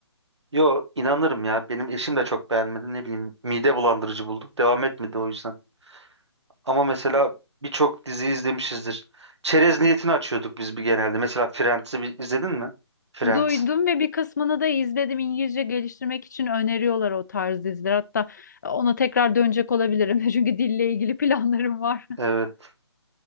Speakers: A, on the right; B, on the left.
A: Yo inanırım ya benim eşim de çok beğenmedi ne bileyim mide bulandırıcı bulduk devam etmedi o yüzden. Ama mesela birçok dizi izlemişizdir. Çerez niyetini açıyorduk biz bir genelde. Mesela Friends'i bir, izledin mi? Friends.
B: Duydum ve bir kısmını da izledim. İngilizce geliştirmek için öneriyorlar o tarz diziler. Hatta ona tekrar dönecek olabilirim. <laughs> Çünkü dille ilgili planlarım var.
A: Evet.